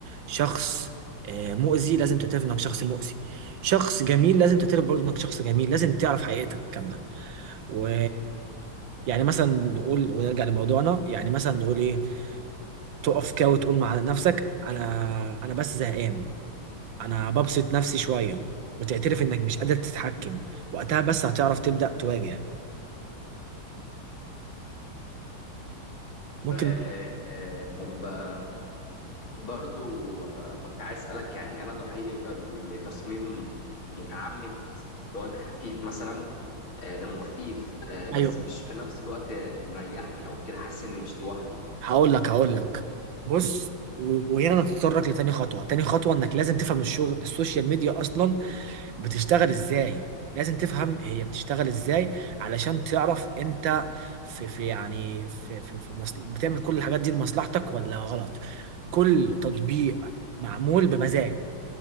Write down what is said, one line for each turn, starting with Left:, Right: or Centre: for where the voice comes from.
Right: شخص آه مؤذي لازم تعترف انك شخص مؤذي شخص جميل لازم تعترف برضه انك شخص جميل لازم تعرف حقيقتك كامله و يعني مثلا نقول ونرجع لموضوعنا يعني مثلا نقول ايه تقف كده وتقول مع نفسك انا انا بس زهقان انا ببسط نفسي شويه وتعترف انك مش قادر تتحكم وقتها بس هتعرف تبدا تواجه ممكن
Left: آه آه، طب آه، برضو آه، كنت عايز أسألك يعني أنا ضحية لتصميم متعمد اللي هو ده خفيف مثلا آه، ده مخيف آه، بس
Right: ايوه
Left: مش في نفس الوقت آه، مريحني أو كده حاسس إني مش لوحدي
Right: هقول لك هقول لك بص و- وهنا نتطرق لتاني خطوه تاني خطوه انك لازم تفهم الشغل السوشيال ميديا اصلا بتشتغل ازاي لازم تفهم هي بتشتغل ازاي علشان تعرف انت في في يعني في في, في مصل... بتعمل كل الحاجات دي لمصلحتك ولا غلط كل تطبيق معمول بمزاج